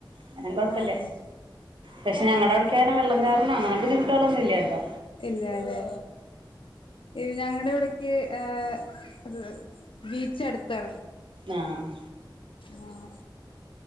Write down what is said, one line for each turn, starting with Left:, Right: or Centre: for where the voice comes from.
Right: അങ്ങനെ കൊഴപ്പല്ല്യ
Left: ആഹ് അയ് ശരി
Right: പക്ഷെ
Left: ആഹ്
Right: ഞങ്ങടെ അവിടെക്കങ്ങനെ വെള്ളം കേറണ അങ്ങനെ ബുദ്ധിമുട്ടുകളൊന്നുല്ല്യാട്ടോ
Left: ഇല്ലാല്ലേ ഇവ് ഞങ്ങടെ ഇവിടെക്ക് ഏഹ് ബീച്ച് അടുത്താണ്.
Right: ആഹ്
Left: ആഹ്